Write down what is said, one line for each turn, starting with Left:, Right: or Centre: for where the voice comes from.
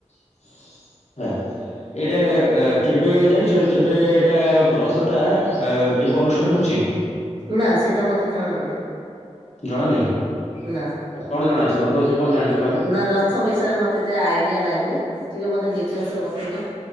Left: <unintelligible> ଏଇଟା କେବେ ଜାଣିଛ କେବେ ଏଇଟା ରଥଟା କେବେ ଅନୁଷ୍ଠାନ ହଉଛି?
Right: ନାଁ ସେଇଟା ମତେ ଜଣା ନାହିଁ।
Left: ଜଣା ନାହିଁ
Right: ନା
Left: କଣ ଜଣାଅଛି ରଥ ବିଷୟରେ କଣ ଜାଣିଛ କହିଲ?
Right: ନା ରଥ ବିଷୟରେ ମତେ ଏତେ ଆଇଡିଆ ନାହିଁ ଟିକେ ମତେ ଡିଟେଲ୍ସ ବତେଇବେ।